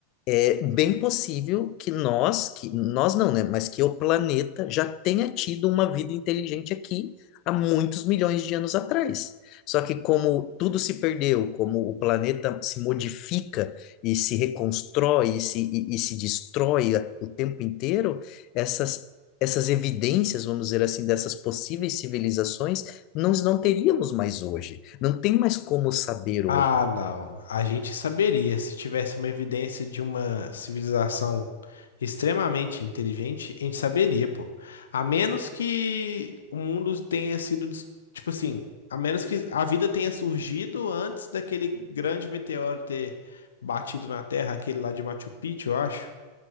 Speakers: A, on the left; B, on the left.
A: é bem possível que nós, que nós não, né? Mas que o planeta já tenha tido uma vida inteligente aqui há muitos milhões de anos atrás. Só que como tudo se perdeu, como o planeta se modifica e se reconstrói e se, e, e se destrói a- o tempo inteiro, essas, essas evidências, vamos dizer assim, dessas possíveis civilizações, nós não teríamos mais hoje. Não tem mais como saber hoje.
B: Ah, não. A gente saberia se tivesse uma evidência de uma civilização extremamente inteligente, a gente saberia, pô. A menos que o mundo tenha sido, des- tipo assim, a menos que a vida tenha surgido antes daquele grande meteoro ter batido na Terra, aquele lá de Machu Picchu, eu acho.